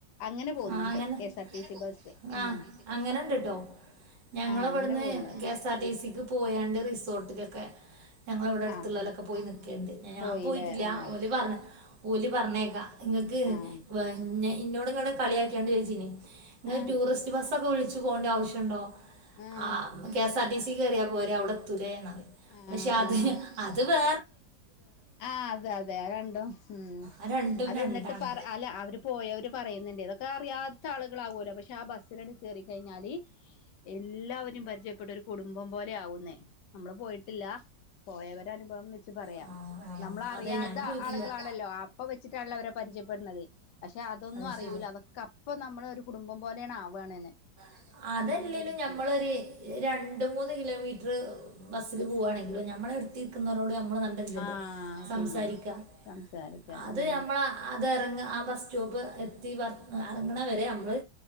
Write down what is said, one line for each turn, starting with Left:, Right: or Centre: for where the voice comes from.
Left: അങ്ങനെ പോകുന്നുണ്ട്
Right: ആ
Left: K S R T C bus ഉം
Right: അങ്ങനെണ്ട് കേട്ടോ ഞങ്ങളിവിടുന്ന്
Left: ആഹ് അങ്ങനെ പോകുന്നുണ്ട്
Right: കെഎസ് ആർടി സിക്ക് പോയാണ്ട് റിസോർട്ടിലൊക്കെ ഞങ്ങളവിടെ അടുത്തുള്ളവലൊക്കെ
Left: ആഹ് ആഹ്
Right: പോയി നിൽക്കയുണ്ട് ഞാൻ
Left: പോയില്ലേ
Right: പോയിട്ടില്ല
Left: ആഹ്
Right: ഓല് പറഞ്ഞതാ ഓലി പറഞ്ഞേക്കാ നിങ്ങക്ക്
Left: ആഹ്
Right: വ ഞ ഇന്നോട് ഇങ്ങട് കളിയാക്കിയാണ്ട് ചോദിച്ചീനേ നിങ്ങ
Left: ആഹ്
Right: ടൂറിസ്റ്റ് ബസ് ക്കെ വിളിച്ചു പോണ്ടാവശ്യൊണ്ടോ
Left: ആഹ്
Right: ആ K S R T C ഇ കറ്യാ പോരേ അവ്ടെത്തുലേ
Left: ആഹ്
Right: പക്ഷത്
Left: ആഹ്
Right: അത് വേ
Left: ആഹ് അതെ അതെ അ ണ്ടോ ഹ്
Right: അതെ രണ്ടും
Left: അതിന്നിട്ട്
Right: രണ്ടും രണ്ടാണ്
Left: പർ അല്ല അവര് പോയവര് പറയിന്നിണ്ടേയ് ഇതൊക്ക അറിയാത്ത ആള്കളാവോല്ലോ പക്ഷെ ആ ബസ്സിലണ് കേറി കയ്ഞ്ഞാല് എല്ലാവ പരിചയപ്പെട്ട് ഒരു കുടുംബം പോലെ ആവുന്ന് നമ്മള് പോയിട്ടില്ല പോയവരനുഭവം വെച്ച് പറയാ
Right: പോയവരെ
Left: നമ്മളറിയാത
Right: അനുഭവം വെച്ച്
Left: ആള്കളാണല്ലോ
Right: പറയാ നമ്മള്
Left: ആപ്പ വെച്ചിട്ടാണല്ലോ അവരെ പരിചയപ്പെട്ണത് പക്ഷെ അതൊന്നുവറിയൂല
Right: പക്ഷെ
Left: അതൊക്കപ്പൊ നമ്മള് ഒരു കുടുംബം പോലെയണ് ആവാണ്ന്ന്
Right: എന്നിട്ട്. അതല്ലേലും
Left: അവ്ടുന്ന് പരിചയ
Right: ഞമ്മളൊരു രണ്ട് മൂന്ന് കിലോമീറ്റർ ബസ്സില് പൂവാണെങ്കിലും ഞമ്മളെട്ത്തിരിക്കുന്നോലോട് ഞമ്മ നമ്മള് നല്ലതിലല്ലേ
Left: ആഹ്
Right: സംസാരിക്കാഅത്
Left: പിന്നെ സംസാരിക്കാം ഉം
Right: ഞമ്മള തെറങ്ങ ആ ബസ് സ്റ്റോപ്പ് എത്തി വർ എർങ്ങ്ണ വരെ നമ്മ്ള്